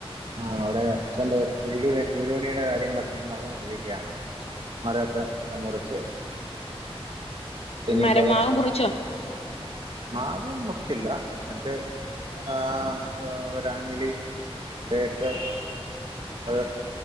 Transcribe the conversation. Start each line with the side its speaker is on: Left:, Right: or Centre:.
Right: ആഹ് അവിടെ അച്ഛന്റെ വീട് വീട് പണിയുടെ കാര്യങ്ങളൊക്കെ നടന്നോണ്ടിരിക്കുകയാണ് മരൊക്കെ ഇങ്ങനെ മുറിച്ച് ഇനിപ്പ
Left: മരം മാവ് മുറിച്ചോ
Right: മാവും മുറിച്ചില്ല മറ്റേ ആഹ് ഒരാഞലി തേക്ക് അത്